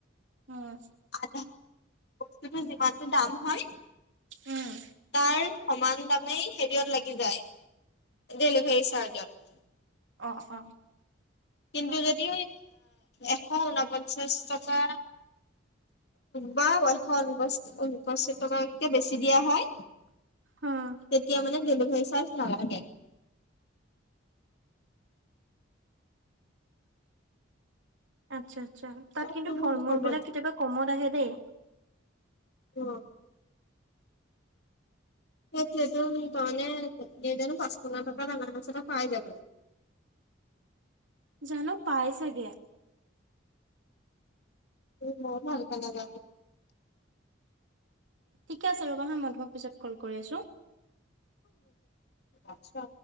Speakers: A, on the right; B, on the left.
A: উম
B: আধা তুমি যিমানতো দাম হয়।
A: উম
B: তাৰ সমান দামেই হেৰিয়ত লাগি যায়। ডেলিভাৰী চাৰ্জত
A: অ', অ',
B: কিন্তু যদি এশ উনপঞ্চাশ টকা বা <inaudible> টকাতকে বেছি দিয়া হয়?
A: উম
B: তেতিয়া মানে ডেলিভাৰী চাৰ্ছ নালাগে।
A: আচ্ছা, আচ্ছা তাত
B: তাততো
A: কিন্তু
B: বহুত
A: ফল মূল
B: কম
A: বিলাক কেতিয়াবা কমত আহে দেই।
B: অহ'। সেইতোয়েটো কাৰণে দেউতাই পাঁচশ টকা আমাৰ পৰা পাই জনো।
A: জানো, পাই চাগে।
B: মই ভালকে নজনো।
A: ঠিকে আছে ৰ'বা হা, মই তোমাক পিছত কল কৰি আছোঁ।
B: আচ্ছা।